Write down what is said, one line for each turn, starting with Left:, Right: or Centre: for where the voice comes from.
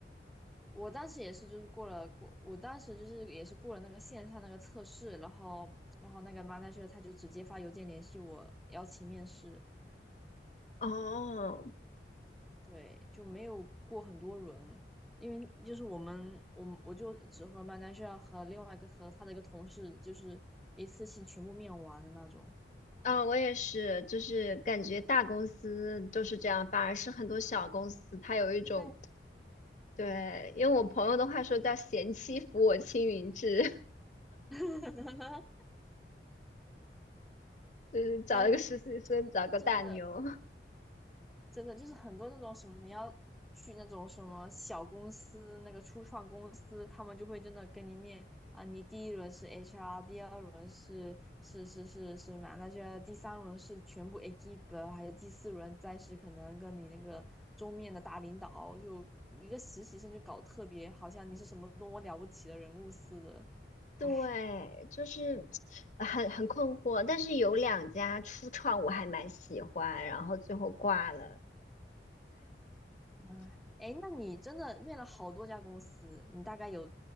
Centre: 我当时也是，就是过了过，我当时就是也是过了那个线上那个测试，然后然后那个 manager 他就直接发邮件联系我邀请面试，
Left: 哦，
Centre: 对，就没有过很多轮，因为就是我们我们我就只和 manager 和另外一个和他的一个同事就是一次性全部面完的那种。
Left: 啊，我也是，就是感觉大公司就是这样，反而是很多小公司它有一种，
Centre: 对，
Left: 对，因为我朋友的话说叫“贤妻扶我青云志”，
Centre: <laughs>
Left: <laughs> 就是找一个实习生，
Centre: 但
Left: 找个大牛。
Centre: 真的真的就是很多那种什么，你要去那种什么小公司，那个初创公司，他们就会真的跟你面啊，你第一轮是 HR，第二轮是是是是是嘛，那就 a 第三轮是全部 e q u i p 还有第四轮再是可能跟你那个中面的大领导，就一个实习生就搞得特别好像你是什么多么了不起的人物似的，还
Left: 对，就是很很困惑，但是有两家初创我还蛮喜欢，然后最后挂了，
Centre: 哎，哎，那你真的面了好多家公司，你大概有